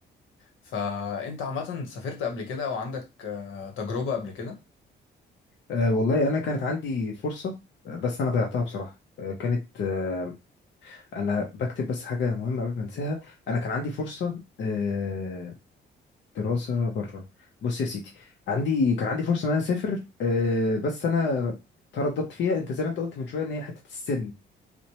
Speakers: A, on the left; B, on the left.
A: فأنت عامة سافرت قبل كده أو عندك آه، تجربة قبل كده؟
B: آه، والله انا كانت عندي فرصه آه، بس انا ضيعتها بصراحه آه، كانت آه، انا بكتب بس حاجه مهمه قبل ما انساها انا كان عندي فرصه آه، دراسه بره بص يا سيدي عندي كان عندي فرصه ان انا اسافر آه، بس انا ترددت فيها انت زي ما انت قلت من شويه ان هي حته السن